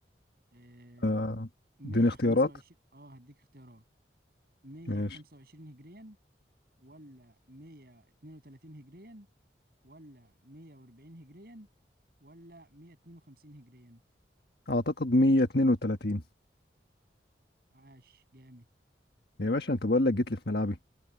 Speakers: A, on the right; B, on the left.
A: آه،
B: آه،
A: 125
B: اديني اختيارات
A: اه هديك اختيارات 125
B: ماشي
A: هجريا ولا 132 هجريا ولا 140 هجريا ولا 152 هجريا
B: اعتقد 132
A: عاش جامد
B: يا باشا انت بقول لك جيت لي في ملعبي